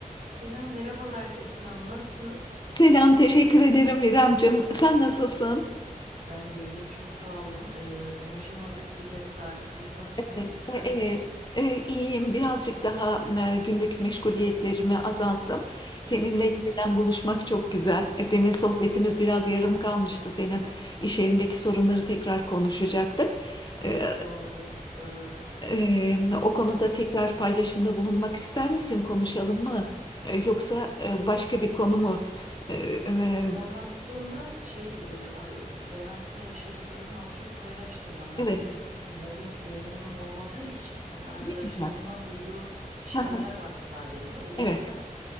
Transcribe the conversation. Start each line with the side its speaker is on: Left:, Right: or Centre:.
Right: Selam, merhabalar Esin Hanım. Nasılsınız?
Left: Selam, teşekkür ederim İremcim. Sen nasılsın?
Right: Ben de iyiyim, çok sağ olun. Ee, konuşamadık birkaç saattir. Nasılsınız?
Left: Evet, evet.
Right: Ay,
Left: E, iyiyim. Birazcık daha e, günlük meşguliyetlerimi azalttım. Seninle yeniden buluşmak çok güzel. E, Demin sohbetimiz biraz yarım kalmıştı. Senin iş yerindeki sorunları tekrar konuşacaktık. E,
Right: doğru, doğru.
Left: e, o konuda tekrar paylaşımda bulunmak ister misin? Konuşalım mı? E, yoksa e, başka bir konu mu? E, e,
Right: Ben aslında şey, e, ay- ben aslında yaşadıklarımı az çok paylaştım daha
Left: evet.
Right: öncesinde de mobbing deneyimim olmadığı için hani arkadaşlarımdan
Left: Ne güzel.
Right: duyduğum şeyler
Left: <laughs>
Right: var sadece. O yüzden
Left: Evet. Evet. Evet.